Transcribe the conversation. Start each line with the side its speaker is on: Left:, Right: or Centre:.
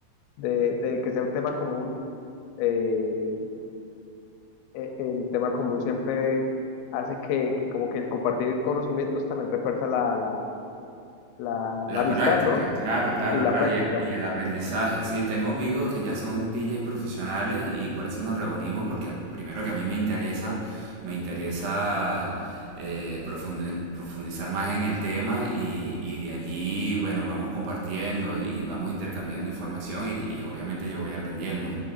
Left: de, de que sea un tema común, eh, e- el tema común siempre hace que, que como que el compartir conocimientos también refuerza la, la, la,
Right: La
Left: la amistad,
Right: práctica,
Left: ¿no?
Right: claro, claro,
Left: Y la
Right: claro,
Left: práctica.
Right: y el, y el aprendizaje, sí, tengo amigos que ya son DJ profesionales y por eso nos reunimos, porque a- primero que a mí me interesa, me interesa eh, profundi- profundizar más en el tema y, y de allí, bueno, vamos compartiendo y vamos intercambiando información y, y obviamente yo voy aprendiendo.